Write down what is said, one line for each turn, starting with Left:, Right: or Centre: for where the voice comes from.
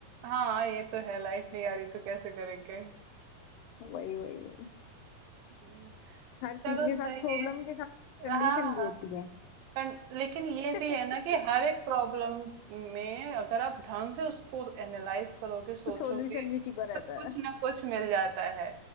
Right: हाँ ये तो है लाइट नहीं आ रही तो कैसे करेंगे
Left: वही वही वही
Right: हम्म,
Left: हर
Right: चलो
Left: चीज के
Right: सही
Left: साथ प्रॉब्लम
Right: है
Left: के साथ कंडीशन
Right: हाँ
Left: भी
Right: हाँ
Left: होती है
Right: कन, लेकिन ये
Left: <laughs>
Right: भी है ना कि हर एक प्रॉब्लम में अगर आप ढंग से उसको एनालाइज करोगे सोचोगे
Left: तो सॉल्यूशन भी छिपा रहता
Right: तो कुछ
Left: है
Right: ना कुछ मिल जाता है